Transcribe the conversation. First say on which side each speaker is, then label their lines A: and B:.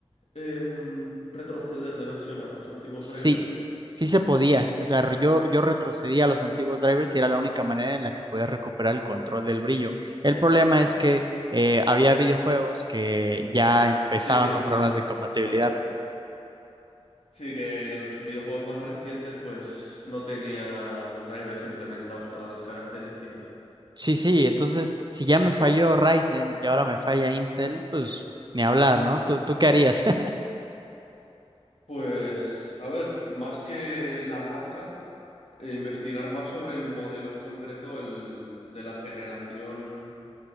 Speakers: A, on the left; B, on the right.
A: em, retroceder de versión a los antiguos
B: Sí,
A: drivers.
B: sí se podía. O sea, yo, yo retrocedía a los antiguos drivers y era la única manera en la que podía recuperar el control del brillo. El problema es
A: Mm.
B: que eh, había videojuegos que ya empezaban
A: Sí que
B: con
A: no,
B: problemas de compatibilidad.
A: claro. Sí que los videojuegos más recientes pues no tenían los drivers implementados todas las características.
B: Sí, sí, entonces si ya me falló Ryzen y ahora me falla Intel, pues ni hablar, ¿no? ¿Tú, tú qué harías? <laughs>
A: Pues, a ver, más que la marca, eh, investigar más sobre el modelo en concreto, el de la generación